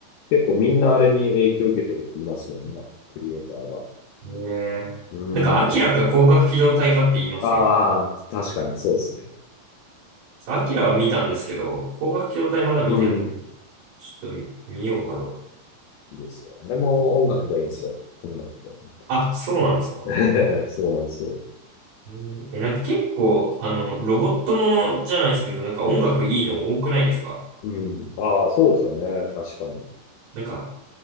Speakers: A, on the left; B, on the right.
A: 結構みんなあれに影響を受けてるって言いますよね。クリエイターが。
B: ねえ。
A: うん。
B: なんか、明らか広角機動隊かって言いません
A: ああ、確かにそうですね。
B: アキラは見たんですけど、光学機動隊まだ見てない。
A: うん。
B: ちょっと見、見ようかな。
A: あれ、いいですよ。あれも音楽がいいんですよ。音楽が。本
B: あ、そうなんですか。
A: 当 <laughs> そうなんですよ。
B: えーえなんか結構、あの、ロボットものじゃないですけど、なんか音楽いいの多くないですか
A: うん。ああ、そうですよね。確かに。
B: なんか、